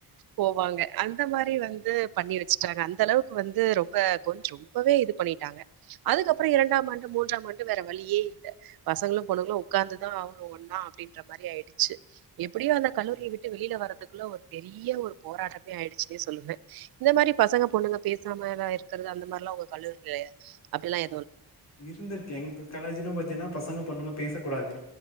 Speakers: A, on the right; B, on the left.
A: போவாங்க அந்த மாரி வந்து பண்ணி வச்சுட்டாங்க அந்த அளவுக்கு வந்து ரொம்ப போய்ட் ரொம்பவே இது பண்ணிட்டாங்க அதுக்கப்புறம் இரண்டாம் ஆண்டு மூன்றாம் ஆண்டு வேற வழியே இல்ல பசங்களும் பொண்ணுங்களும் உட்காந்துதான் ஆகனு ஒன்னா அப்டின்ற மாரி ஆயிடுச்சு எப்படியோ அந்த கல்லூரியை விட்டு வெளில வரதுக்குள்ள ஒரு பெரிய ஒரு போராட்டமே ஆயிடுச்சுன்னே சொல்லுவேன் இந்த மாரி பசங்க பொண்ணுங்க பேசாமலா இருக்கு இருக்கறது அந்த மாரிலா உங்க கல்லூரில அப்டி எல்லாம்
B: இருந்துருக்கு எங்க காலேஜ்லயும் பாத்தீங்கன்னா பசங்க பொண்ணுங்க பேசக் கூடாது